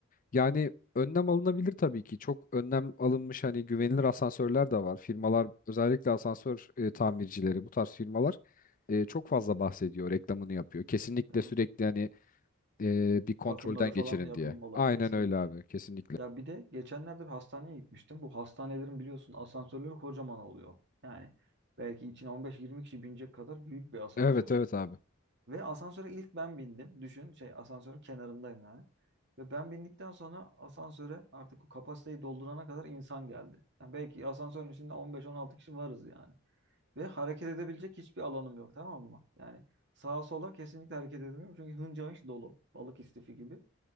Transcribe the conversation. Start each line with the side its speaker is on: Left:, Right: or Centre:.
Left: Yani önlem alınabilir tabii ki. Çok önlem alınmış hani güvenilir asansörler de var. Firmalar özellikle asansör e, tamircileri bu tarz firmalar e, çok fazla bahsediyor, reklamını yapıyor. Kesinlikle
Right: Evet.
Left: sürekli hani e, bir kontrolden
Right: Bakımları falan
Left: geçirin
Right: yapılmalı
Left: diye. Aynen
Right: kesinlikle.
Left: öyle abi. Kesinlikle.
Right: Ya bir de geçenlerde bir hastaneye gitmiştim. Bu hastanelerin biliyorsun asansörleri kocaman oluyor. Yani belki içine 15-20 kişi binecek kadar büyük bir asansör.
Left: Evet evet abi.
Right: Ve asansöre ilk ben bindim. Düşün şey asansörün kenarındayım yani. Ve ben bindikten sonra asansöre artık o kapasiteyi doldurana kadar insan geldi. Yani belki asansörün içinde 15-16 kişi varız yani. Ve hareket edebilecek hiçbir alanım yok tamam mı? Yani sağa sola kesinlikle hareket edemiyorum. Çünkü hınca hınç dolu. Balık istifi gibi.